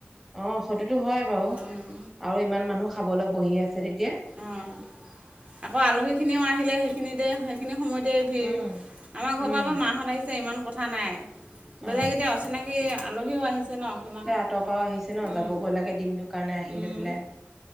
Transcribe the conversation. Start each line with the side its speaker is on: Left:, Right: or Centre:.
Centre: অ', খৌতুটো হয় বাৰু।
Right: ঘৰৰ মানুহ
Centre: আৰু ইমান মানুহ খাবলৈ বহি আছে তেতিয়া।
Right: অ', আকৌ আলহী খিনিও আহিলে সেই সেইখিনিতে সেইখিনি সময়তেই ভিৰ
Centre: উম
Right: আমাৰ ঘৰৰ
Centre: উম
Right: পৰা একো মাহঁত আহিছে ইমান কথা নাই। বেলেগ
Centre: অ
Right: এতিয়া অচিনাকি আলহীও আহিছে ন কিমান।
Centre: অঁটৰ পৰাও আহিছে ন
Right: উম
Centre: যাবগৈ লাগে দিনটোৰ কাৰণে আহি
Right: উম
Centre: লৈ পেলাই।